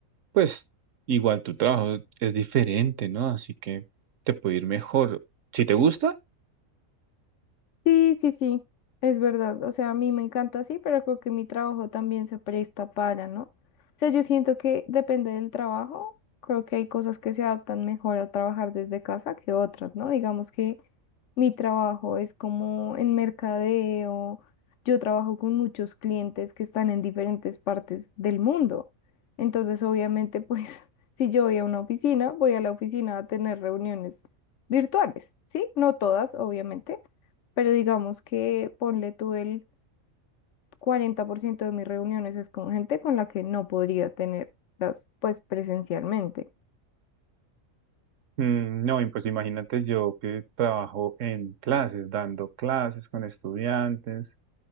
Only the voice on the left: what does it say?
Sí, sí, sí, es verdad. O sea, a mí me encanta así, pero creo que mi trabajo también se presta para, ¿no? O sea, yo siento que depende del trabajo. Creo que hay cosas que se adaptan mejor a trabajar desde casa que otras, ¿no? Digamos que mi trabajo es como en mercadeo. Yo trabajo con muchos clientes que están en diferentes partes del mundo. Entonces, obviamente, pues, <laughs> si yo voy a una oficina, voy a la oficina a tener reuniones virtuales, ¿sí? No todas, obviamente pero digamos que ponle tú el 40% de mis reuniones es con gente con la que no podría tenerlas pues presencialmente.